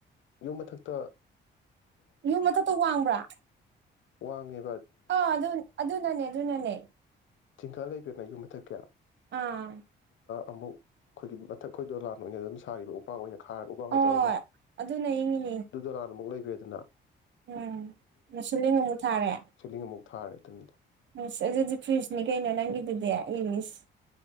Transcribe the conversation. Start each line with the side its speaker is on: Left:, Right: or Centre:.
Left: ꯌꯨꯝ ꯃꯊꯛꯇ
Right: ꯌꯨꯝ ꯃꯊꯛꯇ ꯋꯥꯡꯕ꯭ꯔꯥ
Left: ꯋꯥꯉꯦ
Right: ꯑ ꯑꯗꯨ ꯑꯗꯨ ꯅꯅꯦ ꯑꯗꯨ ꯅꯅꯦ
Left: ꯆꯤꯡꯈꯥ ꯂꯩꯈ꯭ꯔꯦꯅ ꯌꯨꯝ ꯃꯊꯛ ꯀꯌꯥ
Right: ꯑꯥ
Left: ꯑꯃꯨꯛ ꯑꯩꯈꯣꯏꯒꯤ ꯃꯊꯛ ꯑꯩꯈꯣꯏꯗꯣ ꯂꯥꯟ ꯑꯣꯏꯅ ꯑꯗꯨꯝ ꯁꯥꯔꯤꯕ ꯎꯄꯥꯛ ꯑꯣꯏꯅ ꯈꯥꯔꯒ ꯎ ꯋꯥꯡꯒ
Right: ꯍꯣꯏ
Left: ꯇꯧꯔꯒ
Right: ꯑꯗꯨꯅ ꯏꯪꯉꯤꯅꯤ
Left: ꯑꯗꯨꯗꯣ ꯂꯥꯟꯅ ꯑꯃꯨꯛ ꯂꯩ ꯋꯦꯗꯅꯥ
Right: ꯎꯝ ꯉ ꯁꯤꯂꯡ ꯑꯃꯨꯛ ꯊꯥꯔꯦ
Left: ꯁꯤꯂꯤꯡ ꯑꯃꯨꯛ ꯊꯥꯔꯦ ꯑꯗꯨꯅꯤꯗ
Right: ꯅꯁ ꯑꯗꯨꯗꯤ ꯐ꯭ꯔꯤꯖꯅꯤ ꯀꯩꯅ ꯅꯪꯈꯤꯗꯨꯗꯤ ꯑꯩ ꯃꯤꯁ